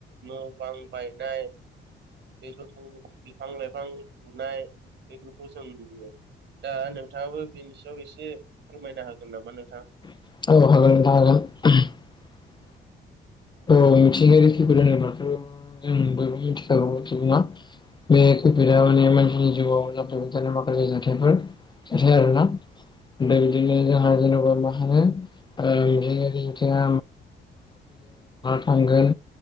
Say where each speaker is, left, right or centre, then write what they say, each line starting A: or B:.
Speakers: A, on the right (about 65°); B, on the left (about 20°).
A: न' बां बायनाय, बेफोरखौ बिफां-लाइफां लुनाय, बेफोरखौ जों नुयो। दा नोंथाङाबो, बेनि सायाव एसे फोरमायनो हागोन नामा नोंथां?
B: <unintelligible> औ मिथिंैरोखिफोर होनोबाथ' जों बयबो मिथिखागौ सुबुङा बे खैफोदा माने मानसिनि जिउआव जाफ्लबाय थानाय माखासे जाथायफोर, <unintelligible> बिदिनो जोंहा जेनेबा मा होनो, ओ बिदिनो बिथिंया <unintelligible> थांगोन,